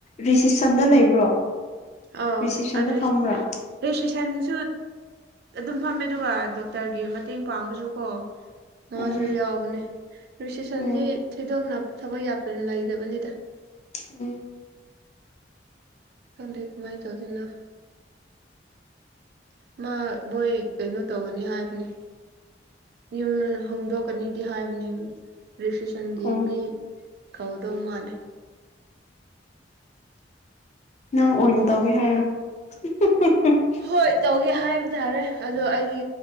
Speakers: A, on the left; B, on the right.
A: ꯔꯤꯁꯤꯞꯁꯟꯗ ꯂꯩꯕ꯭ꯔꯣ
B: ꯑꯥ
A: ꯔꯤꯁꯤꯞꯁꯟꯗ
B: ꯑꯗꯨꯢꯁ
A: ꯐꯝꯕ꯭ꯔꯥ
B: ꯔꯤꯁꯤꯞꯁꯟꯗꯁꯨ ꯑꯗꯨꯝ ꯐꯝꯃꯦ ꯑꯗꯨꯒ ꯗꯣꯛꯇꯔꯒꯤ ꯃꯇꯦꯡ ꯄꯥꯡꯕꯁꯨꯀꯣ ꯃꯥꯖꯨ
A: ꯎꯝ
B: ꯌꯥꯎꯕꯅꯦ ꯔꯤꯁꯤꯞꯁꯟꯗꯤ
A: ꯎꯝ
B: ꯊꯣꯢꯗꯣꯛꯅ ꯊꯕꯛ ꯌꯥꯝꯅ ꯂꯩꯗꯕꯅꯤꯗ
A: ꯎꯝ
B: ꯈꯪꯗꯦ ꯀꯃꯥꯏꯟ ꯇꯧꯗꯨꯢꯅꯣ ꯃꯥ ꯕꯣꯏ ꯀꯩꯅꯣ ꯇꯧꯒꯅꯤ ꯍꯥꯏꯕꯅꯦ ꯌꯨꯝ ꯍꯣꯡꯗꯣꯛꯀꯅꯤꯗꯤ ꯍꯥꯏꯕꯅꯦ ꯃꯤ ꯔꯤꯁꯤꯞꯁꯟꯒꯤ
A: ꯑꯣ
B: ꯃꯤ ꯀꯧꯗꯧ ꯃꯥꯜꯂꯦ
A: ꯅꯪ ꯑꯣꯏꯅ ꯇꯧꯒꯦ ꯍꯥꯏꯔꯣ <unintelligible>
B: ꯍꯣꯏ ꯇꯧꯒꯦ ꯍꯥꯏꯕ ꯇꯥꯔꯦ ꯑꯗꯣ ꯑꯩꯗꯤ